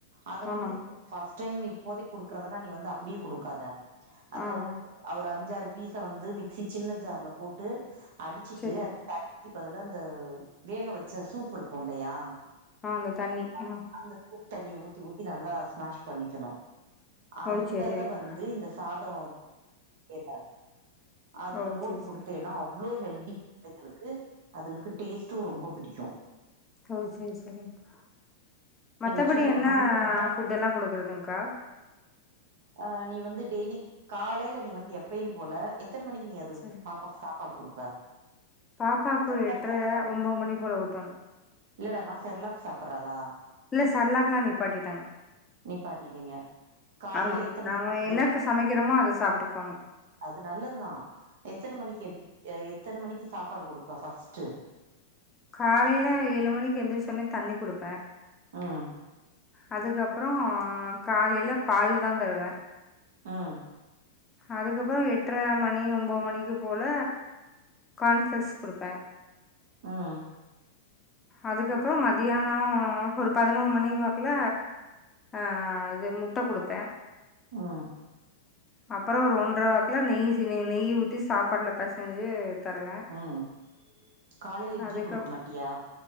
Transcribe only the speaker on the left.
ஆமாங்
ஆ ஆ
செரிங்
ஆ அந்த தண்ணி
ஆ
ஓ செரி செரிங்க்கா
ஓ
செரி
செரி
ஓ சேரி சேரிங்க்கா
மத்தபடி
என்ன
ஃபுட்டெல்லா குடுக்கறதுங்க்கா
சரி
பாப்பாக்கு
எட்ர
ஒம்போத் மணி போல ஊட்டுவங்
இல்ல செர்லாக்லா நிப்பாட்டிட்டங்
ஆமாங்
நாம
என்னத்த சமைக்கிறமோ அத சாப்ட்டுக்வாங்
காலையில ஏழு மணிக்கு எந்திரிச்சொனே தண்ணி குடுப்பே
அதுக்கப்பரோ காலையில பால்தா தருவே
அதுக்கப்புற எட்டர மணி ஒம்பது மணி போல கான்ஃப்ளெக்ஸ் குடுப்பே
அதுக்கப்பரோ மத்தியானோ ஒரு பதினொர் மணி வாக்கல ஆ இது முட்ட குடுப்பே
அப்பரோ ஒரு ஒன்ற வாக்குல நெய் செ நெய் நெய் ஊத்தி சாப்பாட்டுல பெசஞ்சு தருவே
அதுக்கப்